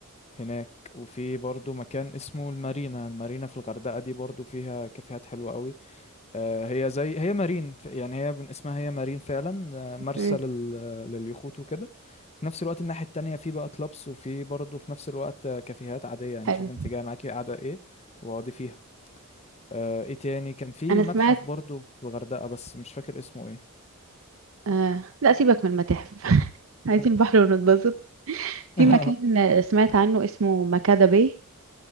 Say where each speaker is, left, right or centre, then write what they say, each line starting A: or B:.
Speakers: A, on the left (about 30°); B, on the right (about 65°).
A: هناك وفي برضو مكان اسمه المارينا المارينا في الغردقة دي برضو فيها كافيهات حلوة قوي آه، هي زي هي مارين يعني هي من اسمها هي مارين فعلا آه، مرسى
B: أوكي
A: لل... لليخوت وكده في نفس الوقت الناحية التانية في بقى كلابس وفي برضو في نفس الوقت آه، كافيهات عادية يعني
B: حلو
A: شوف انت جاي معاكي قاعدة ايه واقعدي فيها آه ايه تاني كان في
B: أنا
A: متحف
B: سمعت
A: برضو في الغردقة بس مش فاكر اسمه ايه
B: آه... لا سيبك من المتاحف <laughs> عايزين
A: مم.
B: بحر ونتبسط
A: <laughs>
B: في مكان آه، سمعت عنه اسمه مكادة باي